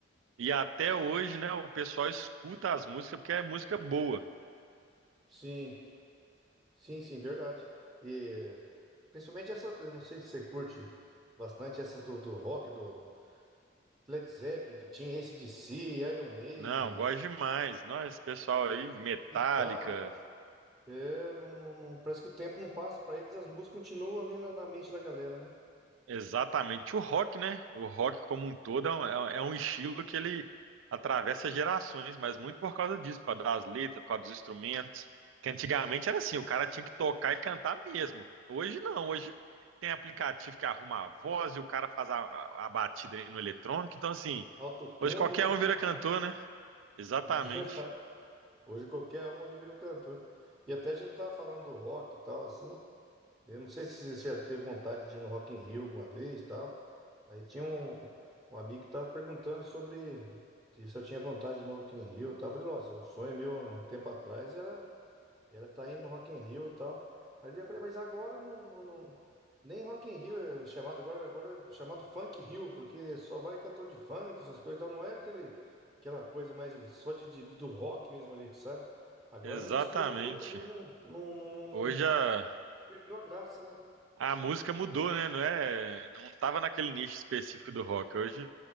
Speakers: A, on the right; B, on the right.
A: e até hoje, né, o pessoal escuta as músicas porque é música boa.
B: sim. Sim, sim, verdade. E principalmente essa, eu não sei se você curte bastante essas do, do rock, do Led Zeppelin que tinha, AC/DC, Iron Maiden,
A: Não, gosto demais. Nós, pessoal aí, Metallica,
B: Metallica. É, não, não, não- parece que o tempo não passa para eles, e as músicas continuam ali na, na mente da galera, né?
A: Exatamente. O rock, né? O rock como um todo é um, é um é um estilo que ele atravessa gerações, mas muito por causa disso, por causa das letras, por causa dos instrumentos. Que antigamente era assim, o cara tinha que tocar e cantar mesmo. Hoje não, hoje tem aplicativo que arruma a voz e o cara faz a, a batida aí no eletrônico. Então, assim,
B: Autotune,
A: hoje qualquer
B: né?
A: um vira cantor, né? Exatamente.
B: <laughs> Verdade. Hoje qualquer um ali vira cantor. E até a gente tá falando do rock e tal, assim. Eu não sei se você já teve vontade de ir no Rock in Rio alguma vez e tal. Aí tinha um, um amigo que tava perguntando sobre de se eu tinha vontade de ir no Rock in Rio e tal. Eu falei, nossa, é um sonho meu há um tempo atrás era era estar indo no Rock in Rio e tal. Aí eu falei, mas agora não, não, não- nem Rock in Rio é chamado agora, agora é chamado Funk Rio, porque só vai cantor de funk, essas coisas, então não é aquele aquela coisa mais só de, de- do rock mesmo ali, que sabe? Agora
A: Exatamente.
B: já mistura tudo, não, não, não, não,
A: Hoje
B: não-
A: a,
B: perdeu a graça, né?
A: A música mudou, né? Não é, não tava naquele nicho específico do rock. Hoje